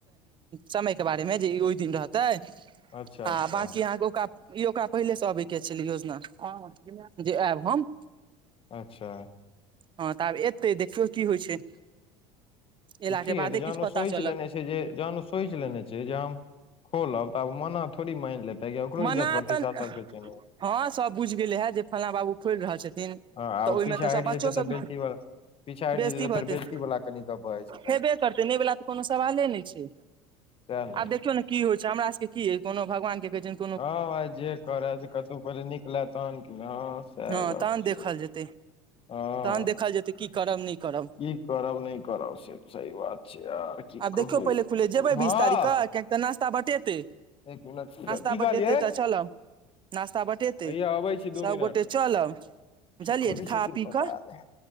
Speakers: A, on the right (about 35°); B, on the left (about 40°).
A: समयके बारेमे जे ई ओहि दिन रहतै
B: अच्छा अच्छा
A: आ बाँकी अहाँके ओका ई ओकरा पहिले से अबै के छल योजना जे आयब हम
B: अच्छा
A: हँ तऽ आब एतै देखियौ की होइ छै एला
B: कि
A: के
B: हेतै
A: बादे
B: जहन
A: किछु
B: ओ
A: पता
B: सोचि
A: चलत
B: लेने जहन ओ सोचि लेने छै जे हम खोलब तऽ आब मना थोड़ी मानि लेतै कि ओकरो
A: मना
B: इज्जत प्रतिष्ठा
A: तऽ
B: सबके छै ने
A: हँ सब बुझि गेले हेँ जे फल्लाँ बाबू खोलि रहल छथिन
B: हँ आ
A: तऽ ओहिमे
B: ओ पीछा
A: तऽ
B: हटि
A: सभ बच्चो
B: जेतै तऽ
A: सभ
B: बेजती वाला पीछा हटि
A: बेजती
B: तऽ
A: भऽ
B: फेर
A: जेतै
B: बेजती वाला कनि गप भऽ जाइ छै ने
A: हेबे करतै नहि वला तऽ कोनो सवाले नहि छै
B: सएह ने
A: आब देखियौ की होइ छै हमरा सबके की अय कोनो भगवान के कहै छियनि
B: हँ भाइ जे करै से कतहु पहिले निकलै तहन किने हँ सएह
A: हँ
B: गप्प
A: तहन
B: छै
A: देखल जेतै
B: हँ
A: तहन देखल जेतै की करब नहि करब
B: की करब नहि करब से सही बात छै यार की
A: आब देखियौ
B: कहू
A: पहिले खुले जेबै
B: हँ
A: बिस तारीखकेँ कियाकि तऽ नाश्ता बटेतै
B: एक मिनट
A: नास्ता
B: की
A: बटेतै
B: कहलियै
A: तऽ चलब नास्ता बटेतै
B: हैया अबै छी दू
A: सब
B: मिनट
A: गोटे चलब बुझलियै
B: की करै
A: खा
B: छथिन
A: पी
B: पता
A: कऽ
B: नहि